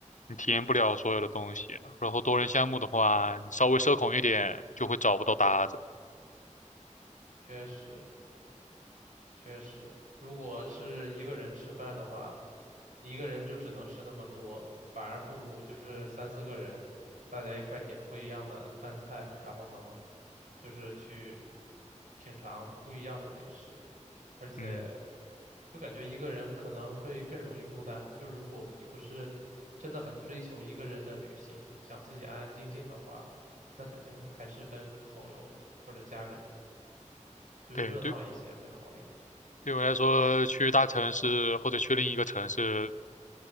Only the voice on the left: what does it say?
你体验不了所有的东西啊。然后多人项目的话，你稍微社恐一点就会找不到搭子。
嗯，
对对，对我来说，去大城市或者去另一个城市，